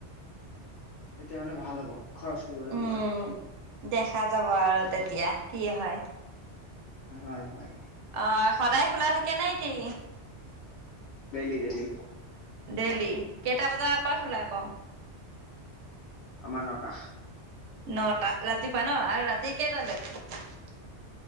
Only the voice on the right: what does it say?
উম,
দেখা যাব আৰু তেতিয়া কি হয়?
অ সদায় খোলা থাকে নে কি?
ডেইলি? কেইটা বজাৰ পৰা খোলা আকৌ?
নটা, ৰাতিপুৱা ন? আৰু ৰাতি কেইটালে?